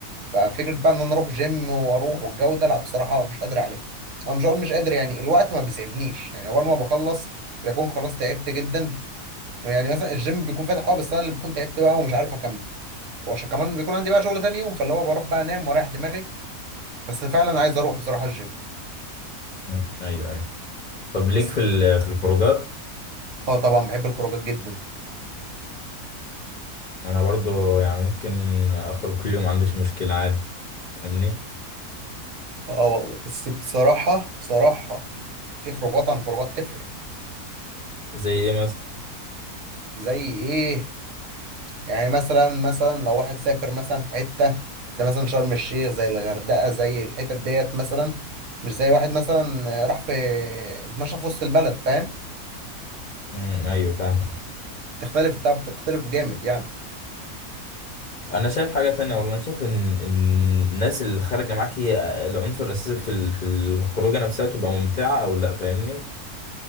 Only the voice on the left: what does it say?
مم. ايوه ايوه طب ليك
في ال- في الخروجات
انا برضو يعني ممكن اخرج كل يوم ما عنديش مشكلة عادي فاهمني
زي ايه
امم ايوه فاهم
انا شايف حاجه تانية والله انا شايف ان إن الناس اللي خارجه معاك هي العنصر الاساسي في ال- في الخروجه نفسها تبقى ممتعه او لا فاهمني